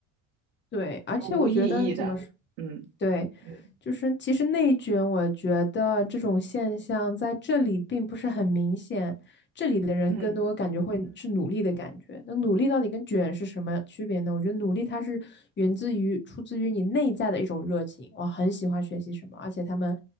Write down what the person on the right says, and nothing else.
就是无意义的。
嗯
嗯
嗯